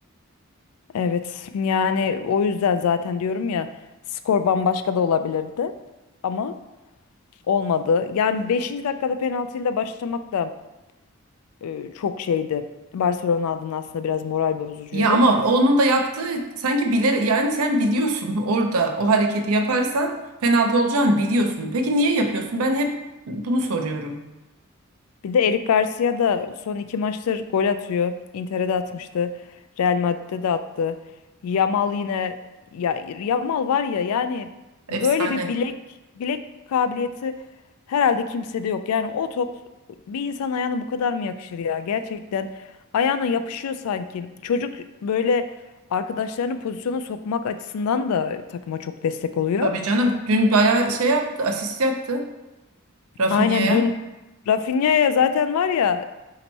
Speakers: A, on the left; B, on the right.
A: Evet yani o yüzden zaten diyorum ya skor bambaşka da olabilirdi ama Olmadı. Yani beşinci dakikada penaltıyla başlamak da e, çok şeydi. Barcelona adına aslında biraz moral bozucuydu.
B: Ya ama onun da yaptığı sanki bilerek yani sen biliyorsun <laughs> orada o hareketi yaparsan penaltı olacağını biliyorsun. Peki niye yapıyorsun? Ben hep bunu soruyorum.
A: Bir de Eric Garcia da son iki maçtır gol atıyor. Inter'e de atmıştı. Real Madrid'de de attı. Yamal yine ya Yamal var ya yani
B: Efsane.
A: böyle bir bilek bilek kabiliyeti herhalde kimsede yok. Yani o top bir insan ayağına bu kadar mı yakışır ya? Gerçekten ayağına yapışıyor sanki. Çocuk böyle arkadaşlarını pozisyona sokmak açısından da takıma çok destek oluyor.
B: Tabii canım dün bayağı şey yaptı, asist yaptı Rafinha'ya.
A: Aynen dün Rafinha'ya zaten var ya